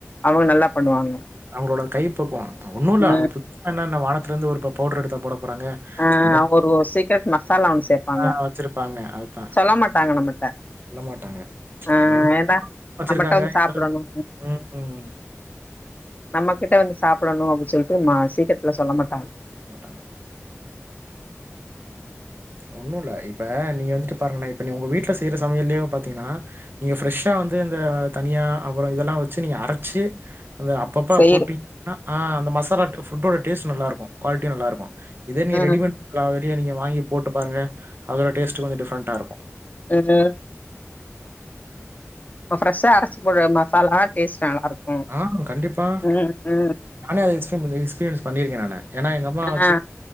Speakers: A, on the left; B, on the right.
A: அவங்க நல்லா பண்ணுவாங்க
B: அவுங்களோட கை பக்குவோ ம் ஒன்னு இல்ல
A: ம்
B: அவங்க புதுசா என்னன்ன வானத்துலர்ந்து ஒரு ப பவுட்ரு எடுத்தா போட போறாங்க
A: ஆ
B: நம்ம
A: ஒரு ஒரு சீக்ரெட் மசாலா ஒன்னு சேர்ப்பாங்க
B: தான் வச்சிருப்பாங்க அதுதான்
A: சொல்ல மாட்டாங்க நம்மட்ட
B: சொல்ல மாட்டாங்க
A: ஆ
B: அத எதுக் <inaudible>
A: ஏன்னா
B: வச்சிருக்காங்க
A: நம்மட்ட வந்து
B: எந்தளவுக்
A: சாப்புடணு
B: <inaudible> ம் ம்
A: நம்ம கிட்ட வந்து சாப்பிடனு அப்டி சொல்ட்டு மா சீக்ரெட்லா சொல்ல மாட்டாங்க
B: மாட்டாங்க ஒன்னு இல்ல இப்ப நீங்க வந்துட்டு பாருங்க நா இப்ப நீங்க உங்க வீட்ல செய்ற சமையல்லே பாத்தீங்கன்னா நீங்க ஃப்ரெஷ்ஷா வந்து இந்த தனியா அப்றோ இதெல்லா வச்சு நீங்க அரச்சு அந்த அப்பப்ப
A: செய்யற
B: போட்டீங்க அப்டினா ஆ அந்த மசாலா ஃபுட்டோட டேஸ்ட் நல்லாருக்கு க்வாலிட்டி நல்லாருக்கு இதே நீங்க
A: ம்
B: ரெடிமேட் எல்லா ரெடியா நீங்க வாங்கி போட்டு பாருங்க அதோட டேஸ்ட்டு கொஞ்சோ டிஃப்ரண்டா இருக்கு
A: ஏ ரே இப்ப ஃப்ரெஷ்ஷா அரச்சு போடுற மசாலா டேஸ்ட் நல்லாருக்கு
B: அ கண்டிப்பா
A: ம் ம்
B: நானே அது எக்ஸ்ப எக்ஸ்பீரியன்ஸ் பண்ணியிருக்க நானு ஏன்னா எங்க அம்மா வச்சு
A: ஆ